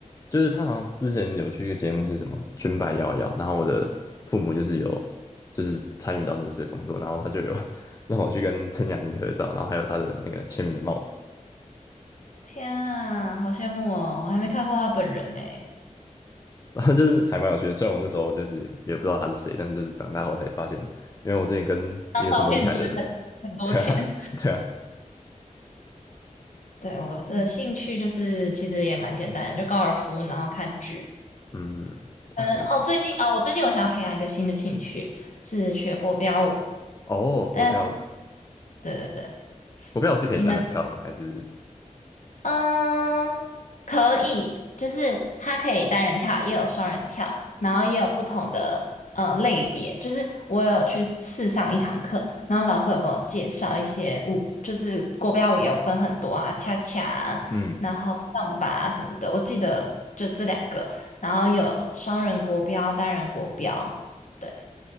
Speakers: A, on the left; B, on the left.
A: 就是她好像之前有去一个节目是什么《裙摆摇摇》，然后我的父母就是有就是参与到那次的工作，然后他就有 <laughs> 让我去跟曾雅妮合照，然后还有她的那个签名的帽子。
B: 天啊，好羡慕哦，我还没看过他本人呢。
A: <laughs> 就是还蛮有趣的。虽然我那时候就是也不知道他是谁，但是就是长大后才发现，因为我之前跟一个这么厉害的人，
B: 当照片值很很多钱。
A: <laughs> 对啊，
B: <laughs>
A: 对啊，
B: 对，我的兴趣就是其实也蛮简单，就高尔夫，然后看剧。
A: 嗯，他还不
B: 嗯，哦，最近啊，我最近我想要培养一个新的兴趣，是学国标舞。
A: 哦，国标舞，
B: 但对对对，
A: 国标舞是可以单人跳的吗？
B: 你呢？
A: 还是
B: 嗯，可以，就是它可以单人跳，也有双人跳，然后也有不同的呃类别。就是我有去试上一堂课，然后老师有跟我介绍一些舞，就是国标舞也有分很多啊，恰恰啊然后上把啊什么的。
A: 嗯，
B: 我记得就这两个，然后有双人国标、单人国标。对。